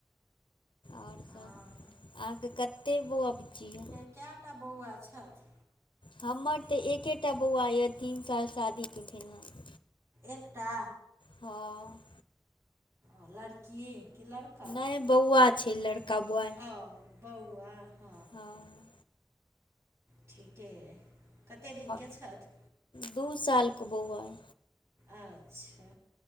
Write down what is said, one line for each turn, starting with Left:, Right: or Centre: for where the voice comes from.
Left: आर
Right: हँ
Left: कह अहाँके कते बउवा बुच्ची यै
Right: कैटा बौआ छथि।
Left: हमर तऽ एकेटा बौआ यऽ तीन साल शादी के भेल हन
Right: एकटा
Left: हँ
Right: अ लड़की कि लड़का
Left: नहि बौआ छै लड़का बौआ
Right: ओ बौआ ह
Left: हँ
Right: ठीके ए कते दिन
Left: आओर
Right: के छथि
Left: दू साल के बौआ अए
Right: अच्छा